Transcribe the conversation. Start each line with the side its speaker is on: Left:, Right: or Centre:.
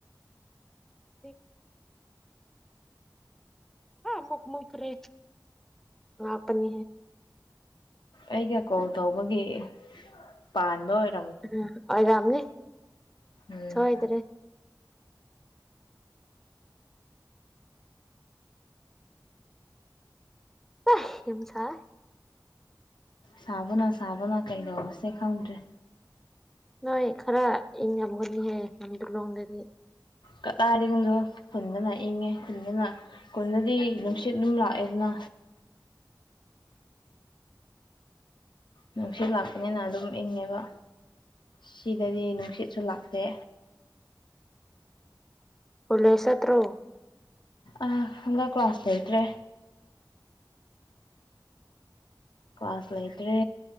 Centre: ꯍꯧꯖꯤꯛ ꯍꯥ ꯃꯛꯃꯨꯈ ꯔꯦ ꯂꯄꯅꯤꯦ
Left: ꯑꯩꯒ ꯀꯣꯜ ꯇꯧꯕꯒꯤ ꯄꯥꯟꯕ ꯑꯣꯏꯔ
Centre: ꯎꯝ ꯑꯣꯏꯔ ꯌꯥꯝꯝꯅꯤ
Left: ꯎꯝ
Centre: ꯁꯣꯏꯗ꯭ꯔꯦ ꯍ ꯌ ꯁꯥ
Left: ꯁꯥꯕꯅ ꯁꯥꯕꯅ ꯀꯩꯗꯁꯦ ꯈꯥꯎꯟꯔꯤ
Centre: ꯅꯣꯏꯣꯏ ꯈꯔ ꯏ ꯌꯥꯝꯝꯒꯦ ꯗꯂꯨꯣꯡ ꯂꯩ
Left: ꯀꯗꯥꯏꯔꯤꯒꯣꯗꯣ ꯈꯨꯟꯗꯅ ꯏꯪꯉꯦ ꯈꯨꯟꯗꯅ ꯈꯨꯟꯗꯗꯤ ꯅꯨꯡꯁꯤꯠ ꯑꯗꯨꯝ ꯂꯥꯛꯑꯦꯗꯅ ꯅꯨꯡꯁꯤꯠ ꯂꯥꯛꯄꯅꯤꯅ ꯑꯗꯨꯝ ꯏꯪꯉꯦꯕ ꯁꯤꯗꯗꯤ ꯅꯨꯡꯁꯤꯠꯁꯨ ꯂꯥꯛꯇꯦ
Centre: ꯄꯨꯂꯁ ꯊ꯭ꯔꯣ
Left: ꯑ ꯍ ꯀ꯭ꯂꯥꯁꯇ꯭ꯔꯦ ꯀ꯭ꯂꯥꯁ ꯂꯩꯥꯏꯇ꯭ꯔꯦ